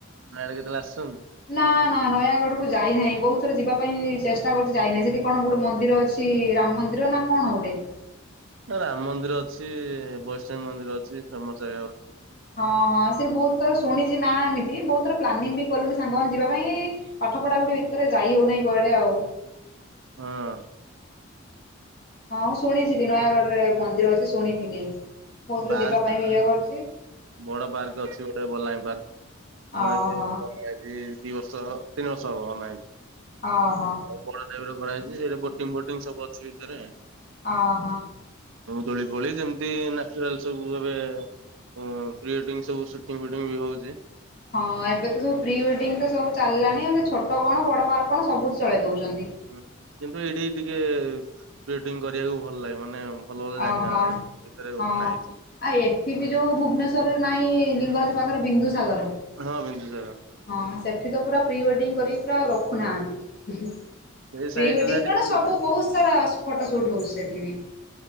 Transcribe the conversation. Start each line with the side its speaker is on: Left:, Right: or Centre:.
Right: <unintelligible>
Left: ନା, ନା, ନୟା ଆଡକୁ ଯାଇନାହିଁ। ବହୁତ ଥର ଯିବା ପାଇଁ ଚେଷ୍ଟା କରୁଛି ଯାଇନାହିଁ, ସେଇଠି କଣ ଗୋଟେ ମନ୍ଦିର ଅଛି ରାମ ମନ୍ଦିର ନା କଣ? କଣ ଗୋଟେ?
Right: ରାମ ମନ୍ଦିର ଅଛି, ବୈଷ୍ଣବୀ ମନ୍ଦିର ଅଛି, ଫେମସ ଜାଗା ଗ
Left: ହଁ ହଁ ସେ ବହୁତ ଶୁଣିଛି ନା ଏମିତି ବହୁତର ପ୍ଲାନିଂ ବି କଲୁଣି ସାଙ୍ଗମାନେ ଯିବାକୁ ତା ପାଇଁ ପାଠ ପଢା ପଢି ଭିତରେ ଯାଇ ହଉନାହିଁ କୁଆଡେ ଆଉ।
Right: ହଁ।
Left: ହଁଁ, ଶୁଣିଥିଲି ନୟାଗଡ଼ରେ ମନ୍ଦିର ଅଛି ଶୁଣିଥିଲି ବହୁତ ଥର
Right: ପାର୍କ
Left: ଯିବା ପାଇଁ ବି ଇଏ କରିଛି।
Right: ବଡ ପାର୍କ ଅଛି ଗୋଟେ ବଲାଙ୍ଗୀ ପାର୍କ। ମୁ
Left: ଅହ
Right: ଏବେ ଦି ବର୍ଷ ତିନ ବର୍ଷ ହବ ହଲାଣି।
Left: ଅହ
Right: ଆ ବଡ <unintelligible> ରେ କରାହାଇଛି ସେଇଟା ବୋଟିଂ ଫୋଟି ସବୁ ଅଛି ଭିତରେ।
Left: ଆହ।
Right: ଦୋଳି ଫୋଳି ଯେମିତି ନାଚୁରାଲ ସବୁ ଏବେ ଓ ପ୍ରି ଓଡିଙ୍ଗ ସବୁ ସୁଟିଂ ଫୁଟିଙ୍ଗ ବି ହଉଛି।
Left: ହଁ, ଏବେ ତ ସବୁ ପ୍ରି ୱେଡିଙ୍ଗ ତ ସବୁ ଚାଲିଲାଣି ଛୋଟ କଣ ବଡ ପାର୍କ କଣ ସବୁ ଚଳେଇ ଦଉଛନ୍ତି।
Right: ହ କିନ୍ତୁ ଏଇଠି ଟିକେ ପ୍ରି ୱେଡିଙ୍ଗ କରିବାକୁ ଭଲ ଲାଗେ। ମାନେ ଭଲ ଭଲ
Left: ଓହୋ
Right: ଜାଗା ହେଲେ
Left: ହଁ,
Right: ଭିତରେ
Left: ଆଉ
Right: ବନା ହେଇଛି
Left: ଏଠି ବି ଯୋଉ ଭୁବନେଶ୍ୱରରେ ନାହିଁ ଲିଙ୍ଗରାଜ ପାଖରେ ବିନ୍ଦୁ ସାଗର।
Right: ହଁ ବିନ୍ଦୁସାଗର
Left: ହଁ ସେ ଏଠି ତ ପୁରା ପ୍ରି ୱେଡ଼ିଙ୍ଗ କରିକି ପୁରା ଆଉ ରଖୁନାହାଁନ୍ତି। ପ୍ରି
Right: ସେଇ ସାଇଟରେ
Left: ୱେଡିଙ୍ଗ
Right: ଟିକେ
Left: କଣ ସବୁ ବହୁତ ସାରା ଫଟୋ ସୁଟ୍ ହଉଛି ସେଠି ବି।